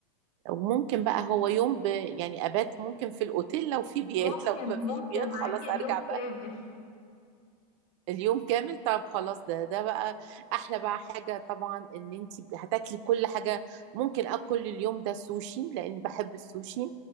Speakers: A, on the right (about 50°); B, on the left (about 60°).
A: وممكن بقى هو يوم ب... يعني ابات ممكن في الاوتيل لو في بيات
B: ممكن
A: لو ما فيش
B: ممكن
A: بيات خلاص
B: معاكي
A: ارجع
B: اليوم
A: بقى
B: كامل
A: اليوم كامل طب خلاص ده ده بقى احلى بقى حاجة طبعا ان انت هتاكلي كل حاجة ممكن اكل اليوم ده سوشي لان بحب السوشي